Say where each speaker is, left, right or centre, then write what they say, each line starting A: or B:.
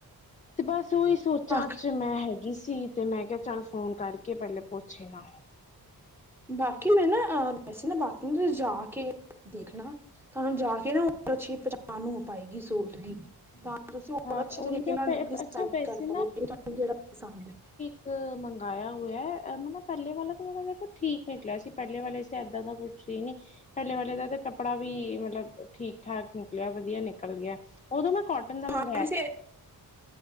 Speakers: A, on the left; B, in the centre.
A: ਤੇ ਬਸ ਓਈ ਸੋਚਾਂ
B: ਸੀ
A: ਚ ਮੈਂ ਹੈ ਹੈਗੀ ਸੀ ਤੇ ਮੈਂ ਕਿਆ ਚੱਲ ਫੋਨ ਕਰਕੇ ਪੈਲੇ ਪੁੱਛੇ ਲਾਂ।
B: ਬਾਕੀ ਮੈਂ ਨਾ, ਅ ਵੈਸੇ ਨਾ ਬਾਕੀ <unintelligible> ਤੁਸੀਂ ਜਾ ਕੇ, ਦੇਖਣਾ ਤਾਂ ਜਾ ਕੇ ਨਾ ਓ ਪਛੀ ਪਚਾਣ ਹੋ ਪਏਗੀ ਸੂਟ ਦੀ ਤਾਂ ਤੁਸੀਂ ਹੋਰ
A: ਹਾਂ
B: ਅੱਛੇ ਤਰੀਕੇ
A: ਉਹੀ ਨਾ
B: ਨਾਲ
A: ਪੈ
B: ਡਿਸਾਇਡ
A: ਅੱਛਾ ਵੈਸੇ
B: ਕੱਰ ਪਾਵੋ ਤਵਾਨੂੰ ਕੇੜਾ ਪਸੰਦ ੲੈ।
A: ਸ, ਮਗਾਐ ਹੋੲੈ, ਮਲਬ ਪੈਲੇ ਵਾਲਾ ਤੇ <unintelligible> ਦੇਖੋ ਠੀਕ ਨਿਕਲੇਆ ਸੀ ਪੈਲੇ ਵਾਲਾ <unintelligible> ਇਏਦਾਂ ਦਾ ਕੁ ਸੀ ਨੀ ਪੈਲੇ ਵਾਲਲੇ ਦਾ ਤੇ ਕੱਪੜਾ ਵੀ ਮਤਲਬ ਠੀਕ-ਠਾਕ ਨਿਕਲੇਆ ਵਧੀਆ ਨਿਕਲ ਗੇਆ ਓਦੋ ਨਾ ਕੋਟਨ ਦਾ ਮਗ
B: ਅਮ ਸੇ